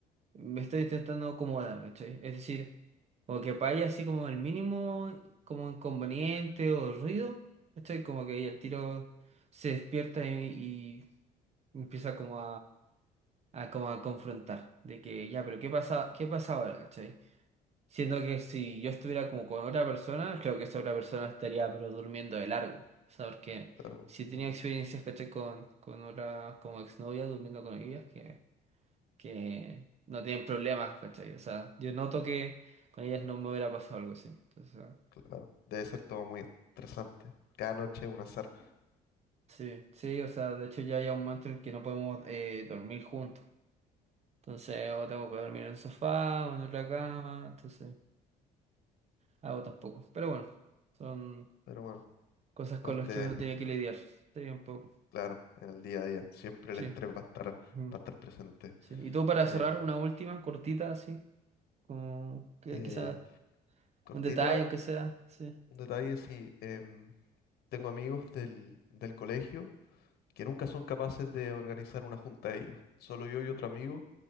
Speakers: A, on the right; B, on the left.
A: me estoy intentando acomodar, ¿cachai? Es decir, como que para ella así como el mínimo, como inconveniente o ruido, ¿cachai? Como que ella el tiro se despierta y, y empieza como a como a confrontar, de que ya, pero ¿qué pasa, qué pasa ahora, ¿cachai? Siendo que si yo estuviera como con otra persona, creo que esa otra persona estaría pero durmiendo de largo, o sea, porque
B: algo.
A: si tenía
B: Mm,
A: experiencias, ¿cachai? Con, con otras como exnovias, durmiendo con ellas, que, que no tienen problemas, ¿cachai? O sea, yo noto que con ellas no me hubiera pasado algo así, entonces, o sea,
B: claro, debe ser todo muy estresante. Cada noche es un azar,
A: sí, sí, o sea, de hecho ya hay un momento en el que no podemos eh, dormir juntos. Entonces, o tengo que dormir en el sofá, o en otra cama, entonces... hago tampoco. Pero bueno, son
B: pero bueno,
A: cosas
B: parte
A: con las que
B: de,
A: uno tiene que lidiar. Sí, un poco.
B: claro, en el día a día, siempre
A: Sí.
B: el estrés va a estar, va
A: mm,
B: a estar presente.
A: sí. Y tú para
B: Em,
A: cerrar, una última, cortita, así, como que
B: eh,
A: quizás
B: cortita,
A: un detalle, aunque sea. Sí.
B: un detalle, sí. em, Tengo amigos del, del colegio que nunca son capaces de organizar una junta ellos. Solo yo y
A: Mm.
B: otro amigo